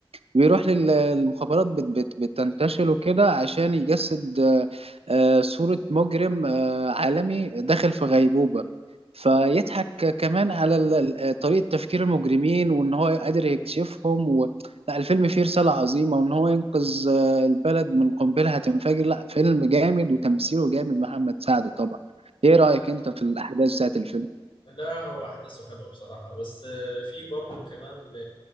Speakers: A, on the right; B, on the left.
A: بيروح للمخابرات بت بت بتنتشل وكده عشان يجسد آه، آه، صورة مجرم آه، عالمي داخل في غيبوبة فيضحك كمان على ال- ال- طريقة تفكير المجرمين وإن هو قادر يكشفهم و... لا الفيلم فيه رسالة عظيمة وإن هو ينقذ آه، البلد من قنبلة هتنفجر لا فيلم جامد وتمثيله جامد محمد سعد طبعا إيه رأيك
B: لا
A: أنت في الأحداث بتاعت الفيلم؟
B: لا هو احداثه حلوه بصراحه بس في برضه كمان ل-